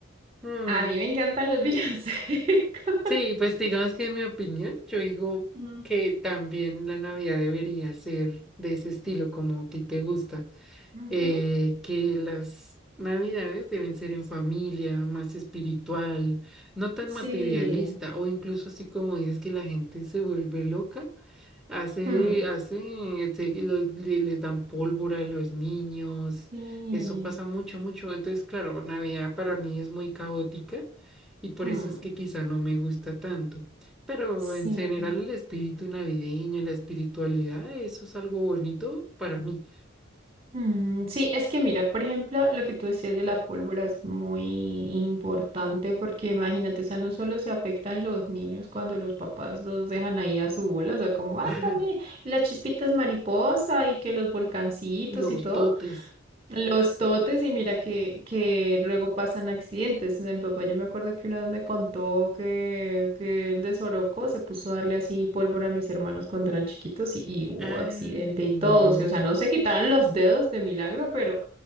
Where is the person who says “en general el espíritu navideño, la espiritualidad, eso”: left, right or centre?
Centre